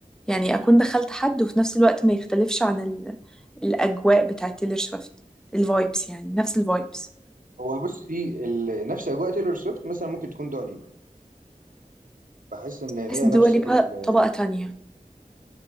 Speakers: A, in the centre; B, on the right (about 70°).
A: يعني اكون دخلت حد وفي نفس الوقت ما يختلفش عن ال... الاجواء بتاعت تيلور سويفت الفايبس يعني نفس الفايبس
B: هو بصي ال... نفس اجواء تايلور سويفت مثلا ممكن تكون دوا ليبا بحس ان هي
A: بحس الدول
B: نفس
A: يبقى
B: ال...
A: طبقة تانية